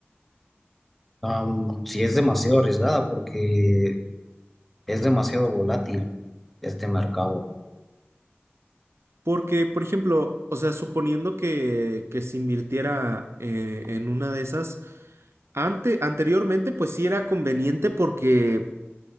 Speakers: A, in the centre; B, on the right (about 85°).
A: Am, sí es demasiado arriesgada porque es demasiado volátil este mercado.
B: Porque, por ejemplo, o sea, suponiendo que, que se invirtiera eh, en una de esas, ante, anteriormente pues sí era conveniente porque